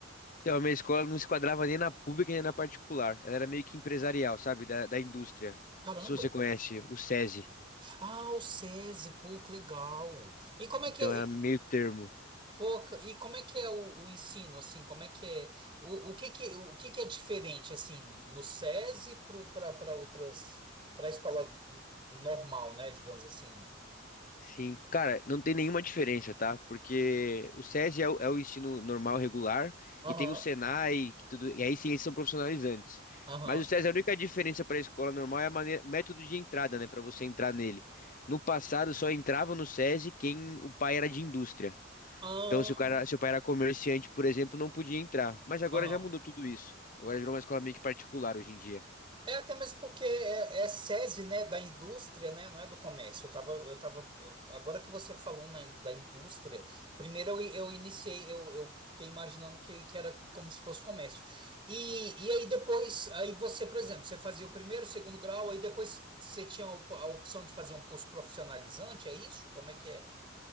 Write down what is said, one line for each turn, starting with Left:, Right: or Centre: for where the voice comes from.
Left: Então, a minha escola não se quadrava nem na pública nem na particular. Ela era meio que empresarial, sabe? Da, da indústria.
Right: Caramba!
Left: Se você conhece o SESI.
Right: Ah, o SESI, pô, que legal! E como é
Left: Então
Right: que, é?
Left: era meio termo.
Right: Pô, ca- e como é que é o, o ensino, assim, como é que é, o, o que que, o que que é diferente, assim, no SESI para outras, para a escola n- normal, né, digamos assim?
Left: Sim, cara, não tem nenhuma diferença, tá? Porque o SESI é o, é o ensino normal, regular,
Right: Aham,
Left: e tem o Senai, que tudo, e aí sim, esses são profissionalizantes.
Right: aham,
Left: Mas o SESI, a única diferença para a escola normal é a maneira, método de entrada, né? Para você entrar nele. No passado, só entrava no SESI quem o pai era de indústria.
Right: ah
Left: Então, se o cara, se o pai era comerciante, por exemplo, não podia entrar. Mas agora
Right: aham.
Left: já mudou tudo isso. Agora virou uma escola meio que particular hoje em dia.
Right: É até mesmo porque é, é SESI, né, da indústria, né, não é do comércio. Eu tava, eu tava, agora que você falou na, da indústria, primeiro eu, eu iniciei, eu, eu fiquei imaginando que, que era como se fosse comércio. E, e aí depois, aí você, por exemplo, você fazia o primeiro, o segundo grau, aí depois você tinha a op- a opção de fazer um curso profissionalizante, é isso? Como é que é?